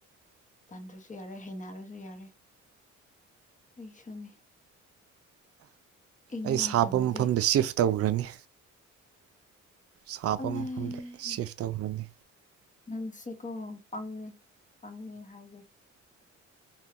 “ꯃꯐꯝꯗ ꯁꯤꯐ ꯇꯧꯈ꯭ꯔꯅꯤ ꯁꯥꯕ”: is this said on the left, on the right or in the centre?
Right